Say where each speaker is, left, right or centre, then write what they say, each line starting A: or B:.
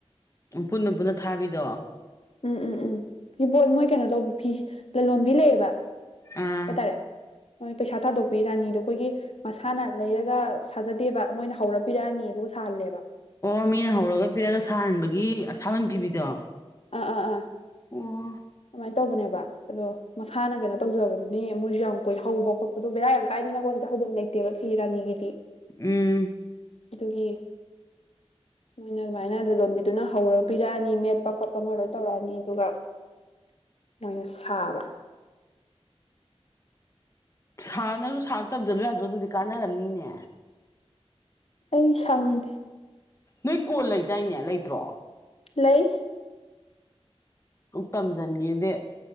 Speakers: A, on the left (about 25°); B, on the left (about 65°).
A: ꯎꯝ ꯄꯨꯟꯅ ꯄꯨꯟꯅ ꯊꯥꯕꯤꯗꯣ
B: ꯎꯝ ꯎꯝ ꯎꯝ ꯄꯤꯕꯣꯠ ꯃꯣꯏ ꯀꯩꯅꯣ ꯇꯧꯕꯤ ꯐꯤꯖꯤ ꯂꯂꯣꯟꯕꯤ ꯂꯩꯌꯦꯕ
A: ꯑꯥ
B: ꯍꯥꯇꯥꯔꯦ ꯄꯩꯁꯥ ꯊꯥꯗꯣꯛꯄꯤ ꯔꯥꯅꯤꯗꯣ ꯑꯩꯈꯣꯏꯒꯤ ꯃꯁꯥꯅ ꯂꯩꯔꯒ ꯁꯥꯖꯗꯦꯕ ꯃꯣꯏꯅ ꯍꯧꯔ ꯄꯤꯔꯛꯑꯅꯤ ꯑꯗꯨꯒ ꯁꯥꯍꯜꯂꯦꯕ
A: ꯑꯣ ꯃꯤꯅ ꯍꯧꯔꯒ ꯄꯤꯔꯒ ꯁꯥꯍꯟꯕꯒꯤ ꯑꯁꯥꯃꯟ ꯄꯤꯕꯤꯗꯣ
B: ꯑꯥ ꯑꯥ ꯑꯥ
A: ꯑꯣ
B: ꯑꯃꯥꯏ ꯇꯧꯕꯅꯦꯕ ꯑꯗꯣ ꯃꯁꯥꯅ ꯀꯩꯅꯣ ꯇꯧꯖꯕꯗꯨꯅꯤ ꯃꯣꯏꯁꯨ ꯌꯥꯝ ꯀꯣꯏ ꯍꯧꯕ ꯈꯣꯠꯄꯗꯣ ꯕꯦꯔꯥ ꯌꯥꯝ ꯀꯥꯏꯗꯅꯀꯣ ꯁꯤꯗ ꯍꯧꯕꯝ ꯂꯩ ꯇꯦꯕ ꯔꯥꯅꯤꯒꯤꯗꯤ
A: ꯎꯝ
B: ꯑꯗꯨꯒꯤ ꯃꯣꯏꯅ ꯑꯗꯨꯃꯥꯏꯅ ꯂ ꯂꯣꯟꯕꯤꯗꯨꯅ ꯍꯧꯔ ꯄꯤꯔꯛꯑꯅꯤ ꯃꯦꯠꯄ ꯈꯣꯠꯄ ꯃꯣꯏ ꯂꯣꯏ ꯇꯧꯔꯛꯑꯅꯤ ꯑꯗꯨꯒ ꯃꯣꯏꯅ ꯁꯥꯕ
A: ꯁꯥ ꯅꯪꯖꯨ ꯁꯥꯕ ꯇꯝꯖꯜꯂꯨ ꯌꯥꯗ꯭ꯔꯣ ꯑꯗꯨꯗꯤ ꯀꯥꯟꯅꯔꯝꯅꯤꯅꯦ
B: ꯑꯩ ꯁꯪꯉꯦ
A: ꯅꯣꯏ ꯀꯣꯜ ꯂꯩꯗꯥꯏꯅꯦ ꯂꯩꯇ꯭ꯔꯣ
B: ꯂꯩ
A: ꯀꯨꯛ ꯇꯝꯖꯟꯒꯦꯗꯦ